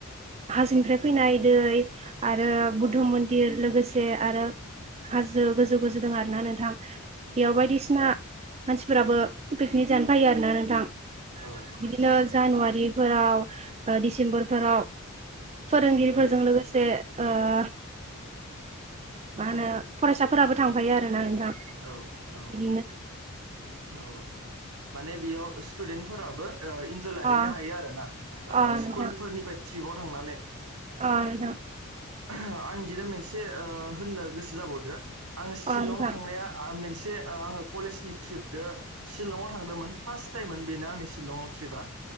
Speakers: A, on the right; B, on the right.
A: हाजोनिफ्राय फैनाय दै आरो बुद्ध
B: औ
A: मन्दिर लोगोसे आरो हाजो गोजौ गोजौ दं आरोना नोंथां बेयाव
B: औ
A: बायदिसिना मानसिफोराबो पिकनिक जानो फायो आरोना नोंथां
B: औ
A: बिदिनो जानुवारिफोराव ओ डिसेम्बरफोराव फोरोंगिरिफोरजों
B: औ
A: लोगोसे ओह मा होनो फरायसाफोराबो थांफायो आरोना नोंथां
B: औ
A: इदिनो
B: उ माने बेयाव स्टुदेन्ट फोराबो ओ इन्जय लाहैनो
A: अ
B: हायो आरो ना
A: अ नोंथां
B: स्कुलफोरनिफ्राय ट्रिपाव थांनानै
A: अ नोंथां
B: आं इदिनो मोनसे ओ होननो गोसो जाबावदो आं सिलंआव
A: अ नोंथां
B: थांनाया आ मेनसे से आङो कलेजनि ट्रिपदो शिलंआव थांदोंमोन फार्स टाइममोन बेनो आंनि शिलंआव ट्रिपआ